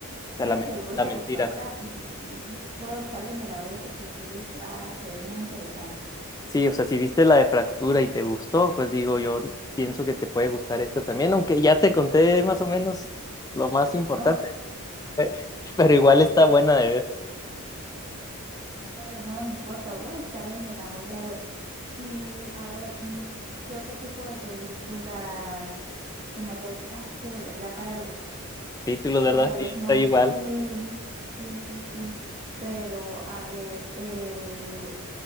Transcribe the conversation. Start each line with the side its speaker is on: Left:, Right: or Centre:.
Left: sea,
Right: Ok,
Left: la, men-
Right: voy
Left: la
Right: a
Left: mentira.
Right: buscarla y mm, voy a buscarla y me la veo porque sí está, se ve muy interesante.
Left: Sí, o sea, si viste la de Fractura y te gustó, pues digo, yo
Right: Ujú.
Left: pienso que te puede gustar esta también, aunque ya te conté más o menos lo más importante,
Right: No,
Left: <laughs> pero igual está buena de ver.
Right: sí, claro, no, no importa. Voy a buscarla y me la voy a ver. Y a ver, mm, ¿qué otro tipo de películas que me haya visto? Ay, es que de verdad para los,
Left: Títulos, ¿verdad?
Right: para los
Left: Sí,
Right: nombres,
Left: está igual.
Right: sí, sí, sí, sí. Pero a ver, eh,